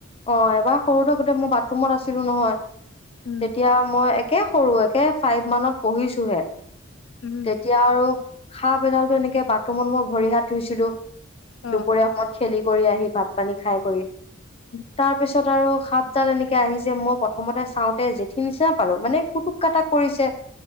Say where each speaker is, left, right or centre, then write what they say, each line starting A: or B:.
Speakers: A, on the left (about 30°); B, on the left (about 75°).
A: অ এবাৰ সৰু থাকোতে মই বাথৰুমত আছিলো নহয়।
B: উম
A: তেতিয়া মই। একে সৰু একে ফাইভ মানত পঢ়িছোহে।
B: উম
A: তেতিয়া আৰু। সাপ এডালতো এনেকে বা <unintelligible> মই ভৰি হাত ধুইছিলো।
B: অ
A: দুপৰীয়া সময়ত। খেলি কৰি আহি ভাত পানী খাই কৰি।
B: উম
A: তাৰপিছত? আৰু সাপডাল এনেকে আহিছে। মই প্ৰথমতে চাওঁতে জেঠি নিচিনা পালো মানে কুটুক, কাটাক কৰিছে।